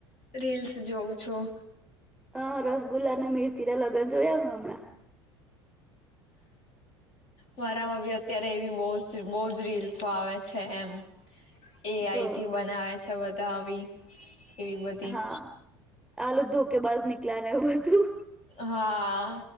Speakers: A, on the left; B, in the centre.
A: રીલ્સ જોઉં છું
B: હ રસગુલ્લા અને મરચી ના લગ્ન જોયા હ હમણાં
A: મારામાં બી અત્યારે એવી બ બો જ રીલ્સો આવે છે એમ એ આઈથી
B: તો
A: બનાવે અચછા બધા આવી એવી બધી
B: હા આલુ ધોકે બાઝ નીક એટલા ને એવું બધું
A: હા